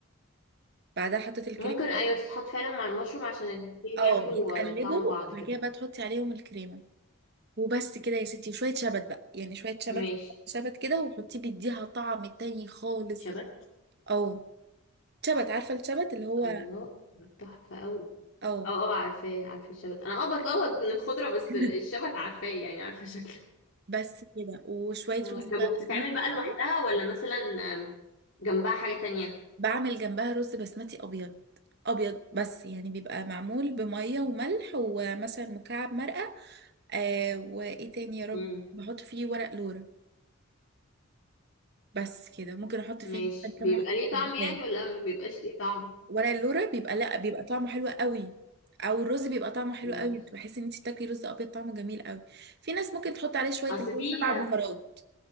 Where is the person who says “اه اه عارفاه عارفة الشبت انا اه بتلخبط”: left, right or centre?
Left